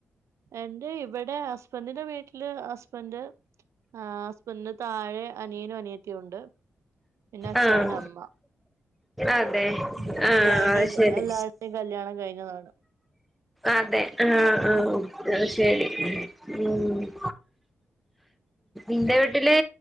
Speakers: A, on the right; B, in the centre.
A: എന്റെ ഇവിടെ ഹസ്ബന്റിന്റെ വീട്ടില് ഹസ്ബന്റ് ആഹ് ഹസ്ബൻഡിന്റെ താഴെ അനിയനും അനിയത്തിയും ഉണ്ട് പിന്നെ അച്ചായനും
B: ആഹ്
A: അമ്മ
B: അതെ
A: ഉം
B: ആഹ്
A: എല്ലാവരുടെയും
B: അഅ്ശരി
A: എല്ലാവരുടെയും കല്യാണം കഴിഞ്ഞതാണ്
B: അതെ ആഹ്
A: ഉം
B: ആഹ് അഅ്ശരി ഉം ഇന്റെ വീട്ടില്